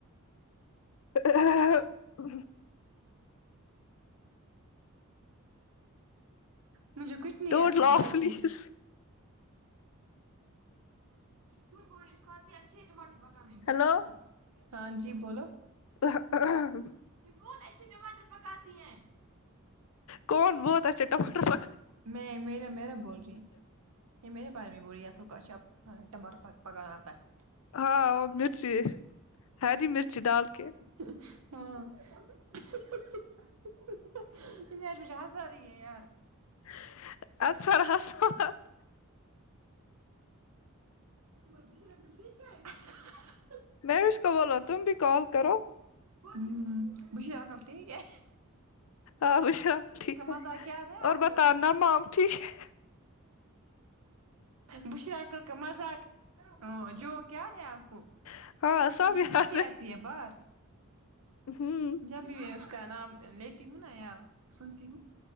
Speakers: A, on the left; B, on the right.
A: ا
B: مجھے کچھ نہیں
A: ڈونٹ
B: اتا
A: لاف
B: ہے سچی
A: پلیز
B: جھوٹ بول رہی اس کو اچھے ٹماٹر پکانے بہت
A: ہیلو
B: اچھی ہاں جی بولو
A: ہ ہ ہم
B: یہ بہت اچھے ٹماٹر پکاتی ہے
A: کون بہت اچھا ٹماٹر پک
B: میں میرا میرا بول رہی ہے یہ میرے بارے میں بول <unintelligible> کھانا ٹماٹر پ پکانا آتا ہے
A: ہاں مرچی ہری مرچی ڈال کے
B: <unintelligible> <unintelligible>
A: <unintelligible>
B: <unintelligible>
A: میںوش کا بولا تم بھی کال کرو
B: ہوں بش انکل ٹھیک ہے
A: آو بشرا ٹھیک
B: اس کا
A: ہے
B: مذاق یاد ہے
A: اور
B: آپ
A: بتانا موم ٹھیک ہے
B: بشرہ عقل کا مذاق جو یاد ہے آپ کو
A: ہے ہاں سب
B: مجھے
A: یاد
B: ہنسی آتی ہے باہر
A: ہوں
B: جب بھی اس کا نام لیتی ہوں نا یا سنتی ہوں